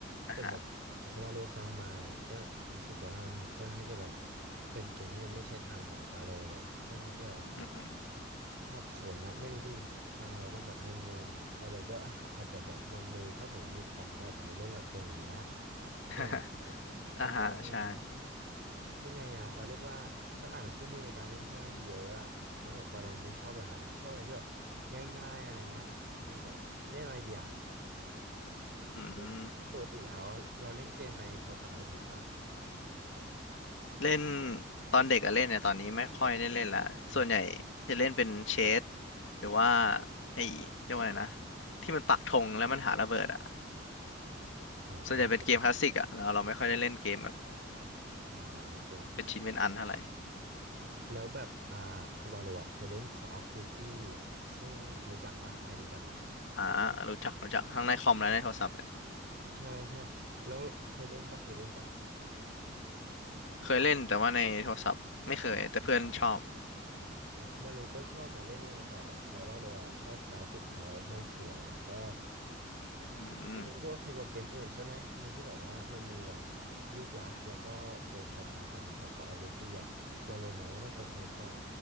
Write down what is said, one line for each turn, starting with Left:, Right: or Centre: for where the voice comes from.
Left: อ่าฮะ
Right: แต่แบบพอวาโลฟังมาเนี่ยก็รู้สึกว่าค่อนข้างจะแบบเป็นเกมที่ไม่ใช่ทางสำหรับวาโลเลยค่อนข้างจะ
Left: อือฮึ
Right: สับสนนะไม่รู้ดิฟังแล้วมันแบบงงๆวาโลก็ <laughs> อาจจะแบบวันหนึ่งถ้าสมมติมีคอมก็อาจจะไม่เล่นหรอกเกมแบบเนี้ย
Left: <laughs>
Right: ใช่ไหมแบบรู้สึกว่ามัน
Left: อ่าฮะใช่
Right: ยังไงอะเราเรียกว่ามันต้องอ่านคู่มือในการเล่นค่อนข้างเยอะอะแล้วแบบวาโลไม่ชอบแบบนั้นชอบอะไรที่แบบง่ายๆอะไรเงี้ยอย่างแบบเล่นอะไรเดียว
Left: อืม
Right: เคยปกติแล้วเราเล่นเกมในโทรศัพท์มือถือปะ
Left: เล่นตอนเด็กอะเล่นเนี่ยตอนนี้ไม่ค่อยได้เล่นละส่วนใหญ่จะเล่นเป็นเชส
Right: ไม่
Left: หรือว่าไอ้เรียกว่าอะไรนะที่มันปักธงแล้วมันหาระเบิดอะ
Right: โอ้ไม่ได้กด
Left: ส่วนใหญ่เป็นเกมคลาสสิกอะเราเราไม่ค่อยได้เล่นเกมแบบ
Right: อ่าโอเค
Left: เป็นชิ้นเป็นอันเท่าไหร่
Right: แล้วแบบอ่าคือวาโลอ่ะเคยเล่น Call of Duty ซึ่งรู้จักปะไอรู้จักไหม
Left: อ่ารู้จักรู้จักทั้งในคอมและในโทรศัพท์เลย
Right: ใช่ใช่แล้วเคยเล่นปะเคยเล่นปะ
Left: เคยเล่นแต่ว่าในโทรศัพท์ไม่เคยแต่เพื่อนชอบ
Right: อ่ะวาโลก็ชอบนะเล่นในโทรศัพท์อ่ะแล้ววาโลอ่ะชอบกราฟิกเขามันสวยแล้วก็
Left: อืม
Right: มันก็โอเคกว่าเกมอื่นใช่ไหมในที่แบบว่ามันมีแบบรูปลักษณ์แล้วก็เกมคล้ายๆกันแต่เขาเอารูตีอะวาโลมองว่ามันโอเคกว่า